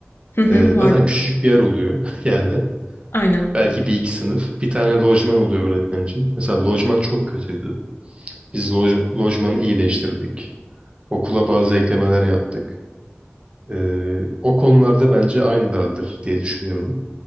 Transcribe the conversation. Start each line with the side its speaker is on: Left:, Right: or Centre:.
Left: Hı hı,
Right: Ee, zaten
Left: vardı.
Right: küçücük bir yer oluyor <laughs> yani.
Left: Aynen.
Right: Belki bir iki sınıf. Bir tane lojman oluyor öğretmen için. Mesela lojman çok kötüydü. Biz loj- lojmanı iyileştirdik. Okula bazı eklemeler yaptık. Ee, o konularda bence aynılardır diye düşünüyorum.